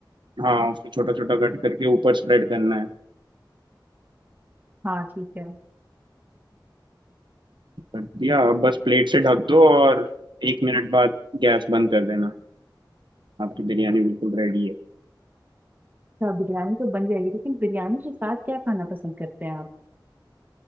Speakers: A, on the right; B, on the right.
A: हाँ उसको छोटा छोटा कट करके ऊपर स्प्रेड करना है
B: हाँ ठीक है
A: बढ़िया आप बस प्लेट से ढक दो और एक मिनट बाद गैस बंद कर देना आपकी बिरयानी बिल्कुल रेडी है
B: अच्छा बिरयानी तो बन जाएगी लेकिन बिरयानी के साथ क्या खाना पसंद करते हैं आप